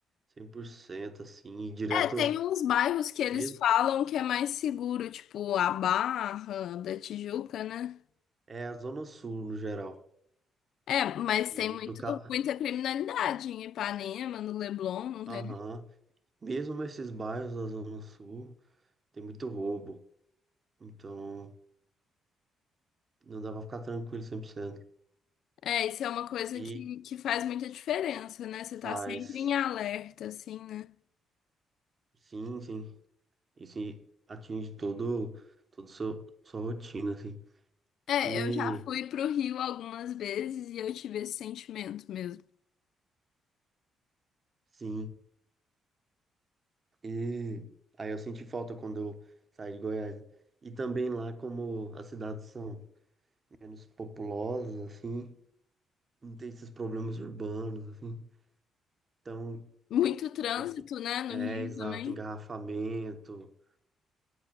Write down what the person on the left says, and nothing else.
É, tem uns bairros que eles
falam que é mais seguro, tipo a Barra da Tijuca, né?
É, mas tem
muito,
muita criminalidade em Ipanema, no Leblon, não
tem?
É, isso é uma coisa
que, que faz muita diferença, né? Você tá
sempre em alerta, assim, né?
É,
eu já fui pro Rio algumas vezes e eu tive esse sentimento mesmo.
Muito trânsito,
né, no
Rio
também.